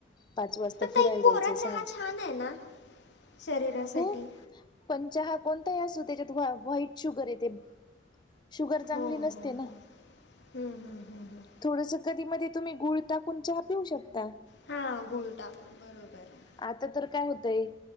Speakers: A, on the left; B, on the left.
A: पाच वाजता
B: पण तई
A: फिरायला
B: कोरा
A: जायचं
B: चहा
A: सहा
B: छान आहे ना शरीरासाठी
A: हो पण चहा कोणताही असू त्याच्यात व्हा व्हाईट शुगर येते शुगर चांगली
B: हो हो
A: नसते ना
B: हो हुम्म हुम्म हुम् हुम्
A: थोडस कधी मध्ये तुम्ही गुळ टाकून चहा पिऊ शकता
B: हा गुळ टाकून बरोबर आहे
A: आता तर काय होतंय